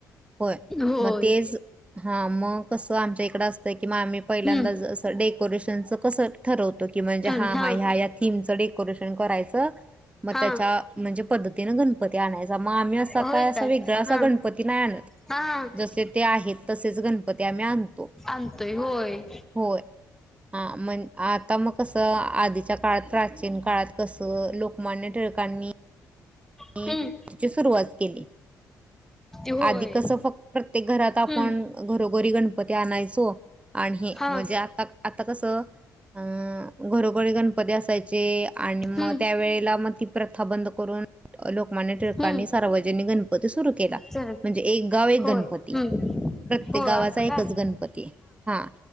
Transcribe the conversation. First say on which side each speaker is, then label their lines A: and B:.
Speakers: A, on the right; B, in the centre.
A: होय
B: होय
A: मग तेच हा. कसं आमच्या इकड असतं किंवा आम्ही पहिल्यांदा
B: हम्म
A: ज स डेकोरेशनच कसं ठरव म् <unintelligible> हण
B: चल
A: ह
B: हा
A: ह थम डेकोरेशन करायच मग
B: हा
A: त्या म्हणजे पद्धतीने ना गण ते आणाय मग आम्ही अस
B: होय
A: का अस
B: काय
A: वेगळा
B: हा
A: गणपती नाही आणत
B: हा हा
A: जसे ते आहेत तसेच. गणपती आम्ही आणतो.
B: आणतोय होय.
A: होय हा मण आता मग कसं आधीच्या काळात प्राचीन काळात कसं. क लोकमान्य ठळकांनी. तिची
B: हम्म
A: सुरवात केली
B: ती होय
A: आधी कस फक्त ते घरात आपण
B: हम्म
A: घरोघरी गणपती आणायचो. आणि हे
B: हा
A: म्हणजे आता आता कसं अं घरोघरी गणपती असायचे. चे आणि
B: हम्म
A: मग त्या वळेला मग ती प्रथा बंद करून. लोकमान्य टिळकांणी
B: हम्म
A: सार्वजनिक गणपती सु सुरू केला
B: चल
A: म्हणजे एक गाव एक
B: होय
A: गणपती.
B: हम्म
A: प्रत्येक
B: होय
A: गावाचा
B: असं
A: एकच
B: काय
A: गणपती हा